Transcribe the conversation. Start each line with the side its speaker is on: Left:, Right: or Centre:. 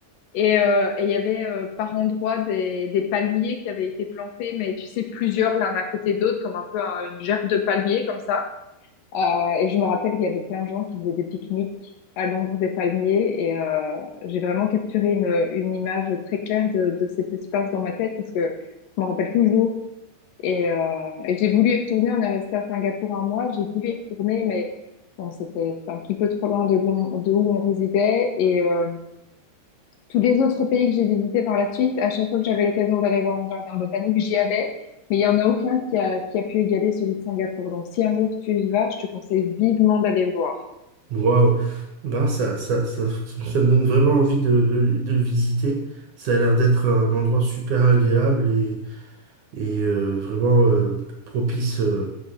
Left: Et euh, et il y avait euh, par endroits des, des palmiers qui avaient été plantés, mais tu sais, plusieurs l'un à côté de l'autre, comme un peu un- une gerbe de palmiers, comme ça. Euh, et je me rappelle qu'il y avait plein de gens qui faisaient des pique-niques à l'ombre des palmiers. Et euh, j'ai vraiment capturé une, une image très claire de, de cet espace dans ma tête parce que je me rappelle toujours et, euh, et j'ai voulu y retourner. On est resté à Singapour un mois. J'ai voulu y retourner, mais bon, c'était c'était un petit peu trop loin de où on, de où on résidait. Et euh, tous les autres pays que j'ai visités par la suite, à chaque fois que j'avais l'occasion d'aller voir un jardin botanique, j'y allais. Mais il y en a aucun qui a, qui a pu égaler celui de Singapour. Donc, si un jour tu y vas, je te conseille vivement d'aller le voir.
Right: Waouh! Ben, ça, ça, ça, ça me donne vraiment envie de, de- de le visiter. Ça a l'air d'être un endroit super agréable et, et euh, vraiment euh, propice. euh,